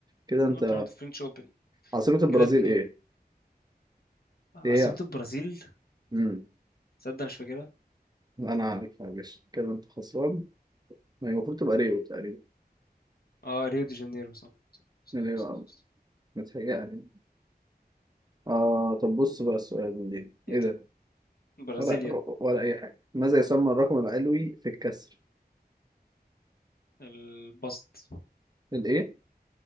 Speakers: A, on the right; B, on the left.
A: كده أنت
B: قلت برضه فرنش أوبن
A: عاصمة البرازيل
B: كده اتنين
A: إيه؟
B: عاصمة
A: إيه؟
B: البرازيل
A: مم.
B: تصدق مش فاكرها
A: أنا عارف يا باشا كده أنت خسران ما هي المفروض تبقى ريو تقريبا
B: اه ريو دي جانيرو صح صح صح,
A: ريو
B: صح.
A: أو
B: صح.
A: متهيألي آه طب بص بقى السؤال ده
B: ايه
A: إيه
B: ده
A: ده؟
B: برازيليا
A: ولا ولا أي حاجة ماذا يسمى الرقم العلوي في الكسر؟
B: البسط
A: الإيه؟